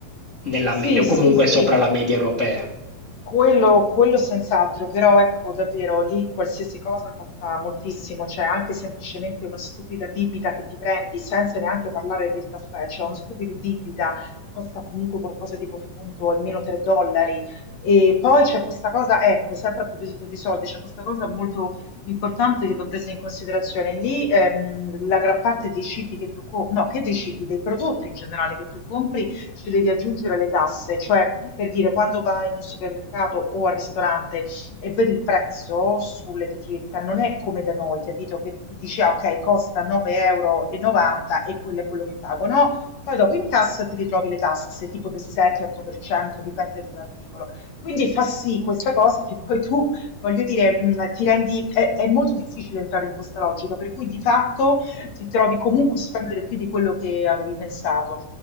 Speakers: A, on the left (about 30°); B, on the left (about 60°).
A: nella
B: Sì,
A: media o
B: sì,
A: comunque
B: sì,
A: sopra la media europea.
B: quello quello senz'altro, però ecco davvero lì qualsiasi cosa costa moltissimo, cioè anche semplicemente una stupida bibita che ti prendi senza neanche parlare del caffè, cioè uno stupido bibita costa comunque qualcosa tipo, fai conto, almeno 3 dollari e poi c'è questa cosa, ecco, sempre a proposito di soldi, c'è questa cosa molto importante che va presa in considerazione. Lì ehm, la gran parte dei cibi che tu compri, no, che dei cibi, dei prodotti in generale che tu compri ci devi aggiungere le tasse, cioè per dire quando vai in un supermercato o al ristorante e vedi il prezzo sull'etichetta, non è come da noi, capito? Che tu dici, ah, ok, costa 9,90 euro e novanta e quello è quello che pago, no? Poi dopo in cassa ti ritrovi le tasse, tipo del 7-8%, dipende dall'articolo. Quindi fa sì questa cosa che poi tu, voglio dire, mh, ti rendi, è, è molto difficile entrare in questa logica, per cui di fatto ti trovi comunque a spendere più di quello che avevi pensato.